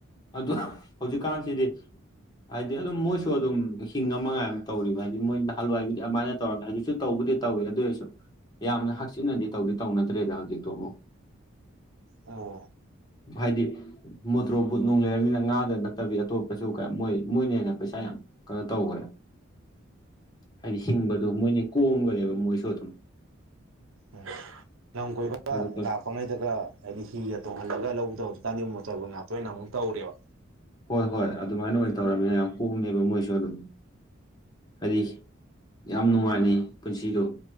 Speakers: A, on the left (about 20°); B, on the right (about 85°).
A: ꯑꯗꯨ ꯍꯧꯖꯤꯛꯀꯥꯟꯁꯤꯗꯤ ꯍꯥꯏꯗꯤ ꯑꯗꯨꯝ ꯃꯣꯏꯁꯨ ꯑꯗꯨꯝ ꯍꯤꯡ ꯑꯃꯉꯥꯏ ꯑꯃ ꯇꯧꯔꯤꯕ ꯍꯥꯏꯗꯤ ꯃꯣꯏꯅ ꯍꯜꯋꯥꯏꯕꯨꯗꯤ ꯑꯗꯨꯃꯥꯏꯅ ꯇꯧꯔꯃꯤ ꯍꯧꯖꯤꯛꯁꯨ ꯇꯧꯕꯗꯤ ꯇꯧꯏꯦ ꯑꯗꯨ ꯑꯣꯏꯔꯁꯨ ꯌꯥꯝꯅ ꯍꯛꯆꯤꯟꯅꯗꯤ ꯇꯧꯗꯤ ꯇꯧꯅꯗ꯭ꯔꯦꯗ ꯍꯧꯖꯤꯛꯇꯣ ꯑꯃꯨꯛ
B: ꯑꯣ
A: ꯍꯥꯏꯥꯏꯗꯤ ꯃꯣꯇ꯭ꯔꯣ ꯕꯨꯠ ꯅꯨꯡ ꯂꯩꯔꯕꯝꯅꯤꯅ ꯉꯥꯗ ꯅꯠꯇꯕꯤ ꯑꯇꯣꯞꯄꯁꯨ ꯃꯣꯏ ꯃꯣꯏꯅ ꯍꯦꯟꯅ ꯄꯩꯁꯥ ꯌꯥꯝ ꯀꯩꯅꯣ ꯇꯧꯈ꯭ꯔꯦ ꯍꯥꯏꯗꯤ ꯁꯤꯡꯕꯗꯣ ꯃꯣꯏꯅ ꯀꯣꯝꯈꯅꯦꯦꯕ ꯃꯣꯏꯁꯨ ꯑꯗꯨꯝ
B: ꯎꯝ ꯂꯝ ꯀꯣꯏꯕ
A: ꯑꯗꯨ
B: ꯂꯥꯛꯄꯉꯩꯗꯒ ꯍꯥꯏꯗꯤ ꯍꯤꯒ ꯇꯣꯡꯍꯜꯂꯒ ꯂꯧꯗꯕꯗꯨ ꯀꯥꯟꯗꯤ ꯃꯣꯆꯔꯕꯨ ꯉꯥꯛꯇꯣꯏꯅ ꯑꯃꯨꯛ ꯇꯧꯔꯦꯕ
A: ꯍꯣꯏ ꯍꯣꯏ ꯑꯗꯨꯃꯥꯏꯅ ꯑꯣꯏꯅ ꯇꯧꯔꯕꯃꯤꯅ ꯌꯥꯝ ꯀꯣꯝꯃꯦꯕ ꯃꯣꯏꯁꯨ ꯑꯗꯨꯝ ꯍꯥꯏꯗꯤ ꯌꯥꯝ ꯅꯨꯡꯉꯥꯏꯅꯤ ꯄꯨꯟꯁꯤꯗꯣ